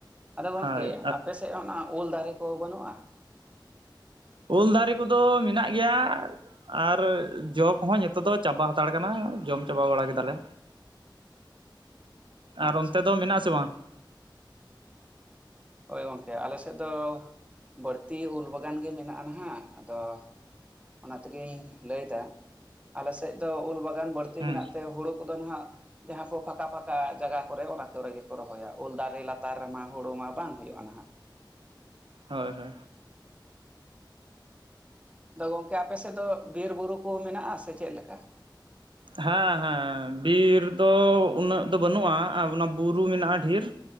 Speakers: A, on the right; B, on the right.
A: ᱟᱫᱚ ᱜᱚᱝᱠᱮ
B: ᱦᱳᱭ
A: ᱟᱯᱮᱥᱮᱫ ᱚᱱᱟ ᱩᱞ ᱫᱟᱨᱮ ᱠᱚ ᱵᱟᱹᱱᱩᱜᱼᱟ?
B: ᱩᱞ ᱫᱟᱨᱮ ᱠᱚᱫᱚ ᱢᱮᱱᱟᱜ ᱜᱮᱭᱟ᱾ ᱟᱨ ᱡᱚ ᱠᱚᱦᱚᱸ ᱱᱤᱛᱚᱜ ᱫᱚ ᱪᱟᱵᱟ ᱦᱟᱛᱟᱲ ᱠᱟᱱᱟ ᱡᱚᱢ ᱪᱟᱵᱟ ᱵᱟᱲᱟ ᱠᱮᱫᱟ ᱞᱮ᱾ ᱟᱨ
A: ᱟᱪᱪᱷᱟ
B: ᱚᱱᱛᱮ ᱫᱚ ᱢᱮᱱᱟᱜ ᱟᱥᱮ ᱵᱟᱝ?
A: ᱦᱳᱭ ᱜᱚᱝᱠᱮ ᱟᱞᱮ ᱥᱮᱫ ᱫᱚ ᱵᱟᱹᱲᱛᱤ ᱩᱞ ᱵᱟᱜᱟᱱ ᱜᱮ ᱢᱮᱱᱟᱜᱼᱟ᱾ ᱱᱟᱦᱟᱜ ᱟᱫᱚ ᱚᱱᱟ ᱛᱮᱜᱮᱧ ᱞᱟᱹᱭ ᱮᱫᱟ᱾ ᱟᱞᱮᱥᱮᱫ ᱫᱚ ᱩᱞ ᱵᱟᱜ ᱜᱟᱱ ᱵᱟᱹᱲᱛᱤ
B: ᱦᱮᱸ
A: ᱢᱮᱱᱟᱜ ᱛᱮ ᱦᱩᱲᱩ ᱠᱚᱫᱚ ᱦᱟᱸᱜ ᱡᱟᱦᱟᱸ ᱠᱚ ᱯᱷᱟᱸᱠᱟ-ᱯᱷᱟᱠᱟ ᱡᱟᱭᱜᱟ ᱠᱚᱨᱮ, ᱚᱱᱟ ᱠᱚᱨᱮ ᱜᱮ ᱠᱚ ᱨᱚᱦᱚᱭᱟ ᱩᱞ ᱫᱟᱨᱮ ᱞᱟᱛᱟᱨ ᱨᱮᱢᱟ ᱦᱩᱲᱳ ᱢᱟ ᱵᱟᱝ ᱦᱩᱭᱩᱜᱼᱟ ᱱᱟᱦᱟᱜ᱾
B: ᱦᱳᱭ, ᱦᱳᱭ᱾
A: ᱛᱚ ᱜᱚᱢᱠᱮ ᱟᱯᱮ ᱥᱮᱫ ᱫᱚ ᱵᱤᱨ ᱵᱩᱨᱩ ᱠᱚ ᱢᱮᱱᱟᱜᱼᱟ ᱥᱮ ᱪᱮᱫ ᱞᱮᱠᱟ?
B: ᱦᱮᱸ ᱦᱮᱸ ᱵᱤᱨ ᱫᱚ ᱩᱱᱟᱹᱜ ᱫᱚ ᱵᱟᱹᱱᱩᱜᱼᱟ᱾ ᱚᱱᱟ ᱚᱱᱟ ᱵᱩᱨᱩ ᱢᱮᱱᱟᱜᱼᱟ ᱰᱷᱮᱨ᱾